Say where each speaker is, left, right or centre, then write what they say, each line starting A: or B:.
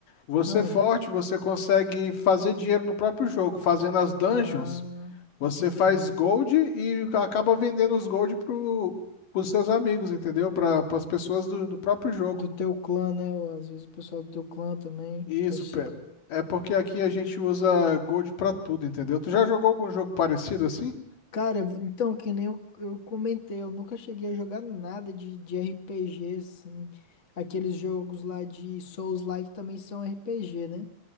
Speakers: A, on the left; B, on the left.
A: Você
B: Ah,
A: é forte, você consegue fazer dinheiro no próprio jogo. Fazendo as dungeons,
B: ah,
A: você
B: entendi.
A: faz gold e acaba vendendo os gold pro, pros seus amigos, entendeu? Para as pessoas do, do próprio jogo.
B: Do teu clã, né? Ou às vezes o pessoal do teu clã também,
A: Isso,
B: que precisa.
A: pe- é porque aqui a gente usa gold pra tudo, entendeu? Tu já jogou algum jogo parecido assim?
B: Cara, então, que nem eu, eu comentei, eu nunca cheguei a jogar nada de, de RPG, assim. Aqueles jogos lá de Souls-like também são RPG, né?